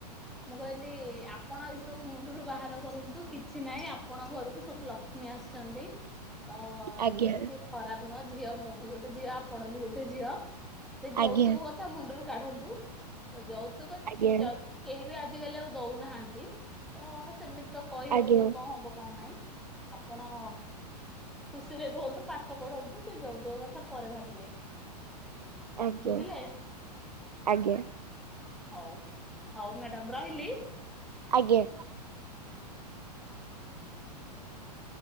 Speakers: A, in the centre; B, on the right.
A: ମୁଁ କହିଲି ଆପଣ ଏସବୁ ମୁଣ୍ଡରୁ ବାହାର କରନ୍ତୁ କିଛି ନାହିଁ ଆପଣଙ୍କ ଘରକୁ ସବୁ ଲକ୍ଷ କ୍ଷ୍ମି ଆସିଛନ୍ତି। ତ
B: ଆଜ୍ଞା
A: ଏଥିରେ କିଛି ଖରାପ ନୁହଁ ଝିଅ ମୁଁ ବି ଗୋଟେ ଝିଅ ଆପଣ ବି ଗୋଟେ ଝିଅ ସେ ଯୌତୁକ
B: ଆଜ୍ଞା
A: କଥା ମୁଣ୍ଡରୁ କାଢନ୍ତୁ ତ ଯୌତୁକ
B: ଆଜ୍ଞା
A: କେହି ବି ଆ ଆଜିକାଲି ଆଉ ଦଉନାହାନ୍ତି। ତ ସେମିତି ତ କହି
B: ଆଜ୍ଞା
A: ହଉନି କଣ ହବ କଣ ନାହିଁ। ଆପଣ ଖୁସିରେ ରୁହନ୍ତୁ। ପାଠ ପଢନ୍ତୁ ସେ ଯଉତୁକ କଥା ପରେ ଭାବିବେ
B: ଆଜ୍ଞା
A: ବୁଝିଲେ
B: ଆଜ୍ଞା
A: ହଉ ହଉ ମ୍ୟାଡ଼ାାମ ରହିଲି।
B: ଆଜ୍ଞା
A: <inaudible>